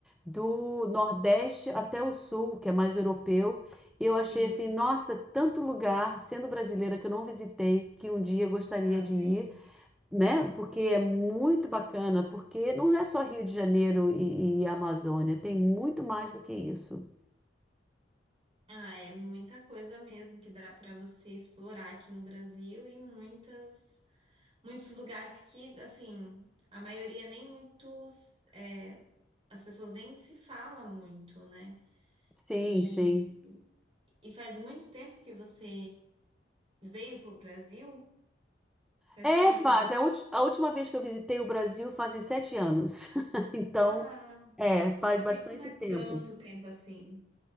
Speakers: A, in the centre; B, on the right.
A: Do Nordeste até o Sul, que é mais europeu. eu achei
B: sim,
A: assim, nossa, tanto lugar, sendo brasileira, que eu não visitei, que um dia eu gostaria
B: tá
A: de
B: vendo?
A: ir, né? Porque é muito bacana, porque não é só Rio de Janeiro e, e Amazônia, tem muito mais do que isso.
B: Ah, é muita coisa mesmo que dá para você explorar aqui no Brasil e muitas, muitos lugares que, assim, a maioria nem muitos, é, as pessoas nem se fala muito, né?
A: Sim,
B: E,
A: sim.
B: e faz muito tempo que você veio pro Brasil? Faz
A: É,
B: quantos
A: faz.
B: anos?
A: É A, ulti- a última vez que eu visitei o Brasil fazem sete anos. <laughs> Então,
B: Ah,
A: é, faz
B: até
A: bastante
B: que não é
A: tempo.
B: tanto tempo assim.